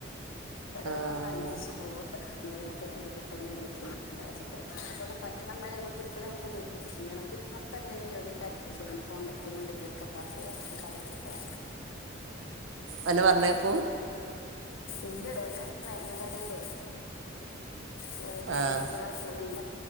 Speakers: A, on the left (about 85°); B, on the right (about 70°).
A: ഒരു
B: ആഹ്
A: നന്നഷി പോവ എന്തെലുക്കെ എടി കിട്ടുന്നുണ്ട ശ പ പറ്റണംരെക്ക് ഇ നക്ക്ചെയ്യണ പുറത്ത എങ്ങനെയും ജോലിയൊക്കെ അണ്ട് പോകാൻ പറ്റുന്നുണ്ട് ഇതൊക്കെ പോവാ അ പറഞ്ഞെക്കുവാ
B: അന്നെ പറഞ്ഞേക്കും.
A: ഇല്ലടോ ഒന്ന മരുന്ന കടില്ലേ? ന്തസട്ട
B: ആഹ്
A: <unintelligible> <unintelligible>